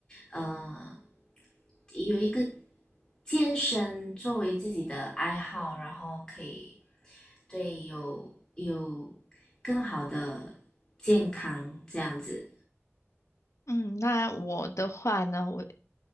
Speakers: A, on the left; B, on the left.
A: 呃有一个健身作为自己的爱好，然后可以对有有更好的健康这样子。
B: 嗯，那我的话呢，我